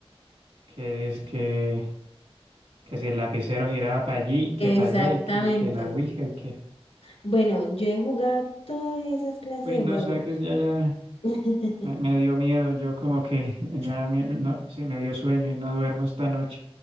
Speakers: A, on the right; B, on the left.
A: que es que, que si el lapicero giraba para allí y que para
B: exactamente.
A: allá y que, que la ouija y que...
B: Bueno, yo he jugado todas esas clases
A: Uy,
B: de
A: no,
B: juegos.
A: sabe que ya, ya
B: <laughs>
A: me, me dio miedo, yo como que <laughs> ya me, no, sí, me dio sueño y no duermo esta noche.